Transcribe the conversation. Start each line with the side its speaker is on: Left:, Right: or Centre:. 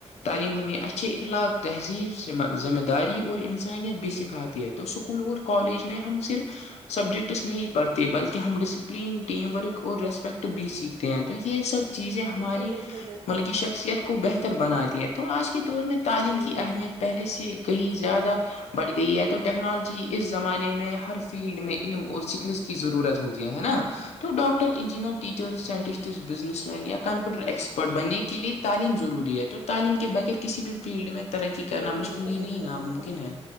Left: تعلیم ہمیں اچھے اخلاق تہذیب سے ذمہ داری اور انسانیت بھی سکھاتی ہے تو اسکول اور کالج میں ہم صرف سبجیکٹس نہیں پڑھتے بلکہ ہم ڈسپلین ٹیم ورک اور ریسٹ بی سیکھتے ہیں تو یہ سب چیزیں ہماری
Right: جی بالکل بالکل
Left: مطلب کی شخصیت کو بہتر بناتی ہے تو آج کے دور میں تعلیم
Right: جی
Left: کی
Right: بالکل
Left: اہمیت پہلے سے گئی زیادہ بڑھ گئی ہے تو ٹیکنالوجی اس زمانے میں ہر فیلڈ میں علم اور سکلس کیضرورت ہوتی ہے ہے نا تو ڈاکٹر انجینئر ٹیچر س بزنس مین یا کمپیوٹر ایکسپرٹ بننے کے لیئے تعلیم ضروری ہے تو تعلیم کے بغیر کسی بھی فیلڈ میں ترقی کرنا
Right: جی
Left: مشکل
Right: بالکل
Left: ہی
Right: بالکل
Left: نہیں ناممکن
Right: بالکل
Left: ہے